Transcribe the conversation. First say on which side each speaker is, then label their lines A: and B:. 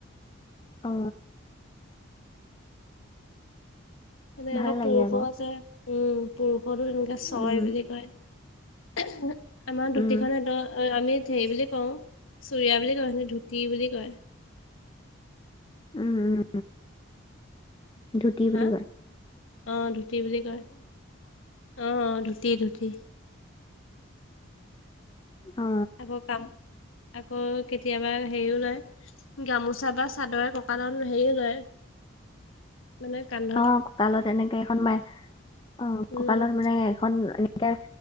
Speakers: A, on the left; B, on the left.
A: অ
B: এই
A: ভাল
B: যে
A: লাগে
B: পুৰুষৰো
A: আকৌ
B: আছে। উম, পুৰুষৰতো তেনেকে ছয়
A: উম
B: বুলি কয়। আমাৰ ধুতিখন
A: উম
B: সিহঁতৰ, আমি হেৰি বুলি কওঁ, চুুৰিয়া বুলি কও সিহঁতি ধুতি বুলি কয়।
A: উম উম ধুতি
B: হা
A: বুলি কয়
B: অঁ, ধুতি বুলি কয়, অঁ অঁ ধুতি ধুতি।
A: অ
B: আকৌ কাম, আকৌ কেতিয়াবা হেৰিও লয়। গামোচা বা চাদৰে কঁকালত হেৰিও লয়। মানে কান্ধ
A: অঁ, কঁকালত এনেকে এখন মাৰে, অঁ,
B: উম
A: কঁকালত মানে এখন এনেকে